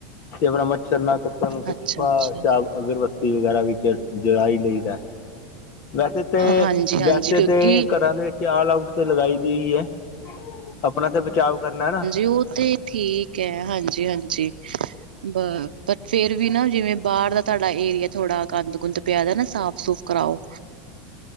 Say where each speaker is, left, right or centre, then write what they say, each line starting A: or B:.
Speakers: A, on the left (about 50°); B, on the right (about 90°).
A: ਤੇ ਆਪਣਾ ਮੱਛਰ ਨਾ ਕੱਟਣ ਕੁਛ
B: ਅੱਛਾ
A: <unintelligible>
B: ਅੱਛਾ
A: ਅਗਰਬੱਤੀ ਵਗੈਰਾ ਵੀ ਜਲ, ਜਲਾ ਈ ਲਈਦਾ ਐ। ਵੈਸੇ ਤੇ,
B: ਹਾਂਜੀ ਹਾਂਜੀ
A: ਵੈਸੇ
B: ਕਿਉਂਕਿ
A: ਤੇ ਘਰਾਂ ਦੇ ਵਿੱਚ, ਆਲ ਆਊਟ ਤੇ ਲਗਾਈ ਦੀ ਈ ਐ। ਅਪਣਾ ਤੇ ਬਚਾਵ ਕਰਨਾ ਏ ਨਾ।
B: ਓਹ ਔਥੇ ਠੀਕ ਐ, ਹਾਂਜੀ-ਹਾਂਜੀ। ਬ ਤਕ ਫੇਰ ਵੀ ਨਾ ਜਿਵੇਂ, ਬਾਰ ਦਾ ਤੁਹਾਡਾ ਏਰੀਆ ਥੋੜਾ ਗੰਦ ਗੁੰਦ ਪਿਆ ਦਾ ਨਾ, ਸਾਫ਼ ਸੁਫ ਕਰਾਓ।